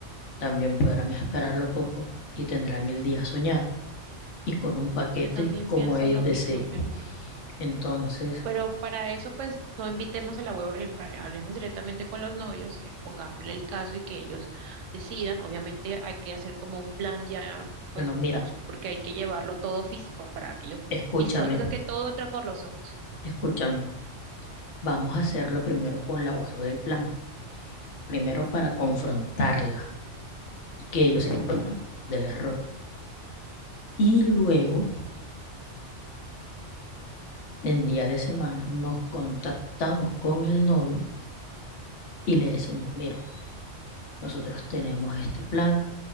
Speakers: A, on the left (about 75°); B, on the right (about 85°).
A: también podrán esperarlo poco y tendrán el día soñado y con un paquete
B: yo también
A: como
B: pienso
A: ellos
B: lo mismo,
A: deseen.
B: mi amor.
A: Entonces,
B: Pero para eso, pues, no invitemos a la web hablemos directamente con los novios, expongámosle el caso y que ellos decidan. Obviamente hay que hacer como un plan ya, pues,
A: bueno, mira,
B: mos- porque hay que llevarlo todo físico para que ellos
A: escúchame,
B: visual, o sea, que todo entra por los ojos.
A: escúchame. Vamos a hacerlo primero con la web del plan, primero para confrontarla y que ellos se den cuenta del error. Y luego, en día de semana, nos contactamos con el novio y le decimos, mira, nosotros tenemos este plan,